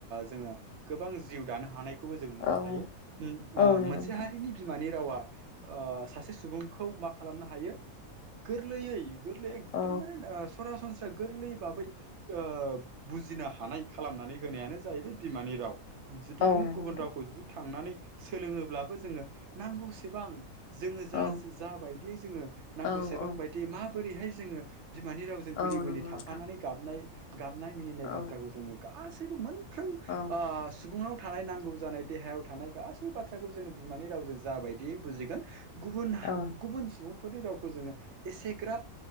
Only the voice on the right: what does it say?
जोङो गोबां जिउ दानो हानायखौबो जों मोननो
हायो
मोनसे
हारिनि बिमानि रावा ओ सासे सुबुंखौ मा खालामनो हायो गोरलैयै गोरलैयै एकदमबारे
सरासनस्रा गोरलै बाबै ओ बुजिनो हानाय खालामनानै होनायानो जाहैबाय बिमानि राव जुदि
नोङो
गुबुन
रावखौ जुदि थांनानै सोलोङोब्लाबो जोङो नांगौसेबां जोङो जा
जा बायदियै जोङो नांगौसेबां
बायदियै माबोरैहाय जोङो बिमानि रावजों गुलि
गुलि
थाफानानै
गाबनाय गाबनाय मिनिनाय
बाथ्राखौ जोङो गासैबो मोन फ्रोम
सुबुङाव थानाय नांगौ जानाय देहायाव थानाय गासै बाथ्राखौ जोङो बिमानि रावजों जा बायदियै बुजिगोन गुबुन
गुबुन सुबुंफोरनि रावखौ जोङो एसेग्राब